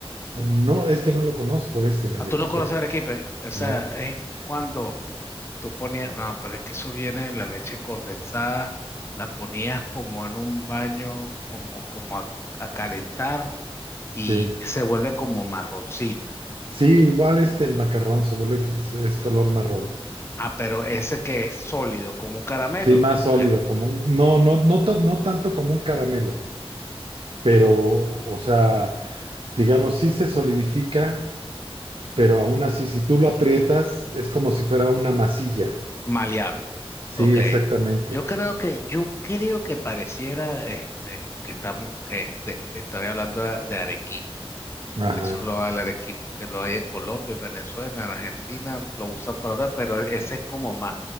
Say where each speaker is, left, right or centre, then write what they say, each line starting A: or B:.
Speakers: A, on the right; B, on the left.
A: no, es que no lo conozco ese arequipe,
B: Ah, Tú no conoces arequipe, o sea,
A: ¿no?
B: es cuando tú ponías, no, pero es que eso viene la leche condensada, la ponías como en un baño, como, como a, a calentar y
A: Sí.
B: se vuelve como marroncita.
A: Sí, igual este, el macarrón se vuelve, que es es color marrón.
B: Ah, pero ese que es sólido, como un caramelo,
A: Sí, más
B: ¿o
A: sólido,
B: qué?
A: como un, no, no, no, ta- no tanto como un caramelo, pero, o sea, digamos, sí se solidifica, pero aún así, si tú lo aprietas, es como si fuera una masilla.
B: Maleable.
A: Sí,
B: Ok.
A: exactamente.
B: Yo creo que, yo creo que pareciera este, que estamos, que de- estaría hablando de, de arequipe,
A: Ajá.
B: que solo el arequipe que lo hay en Colombia, en Venezuela, en Argentina, lo usan para otra, pero ese es como más,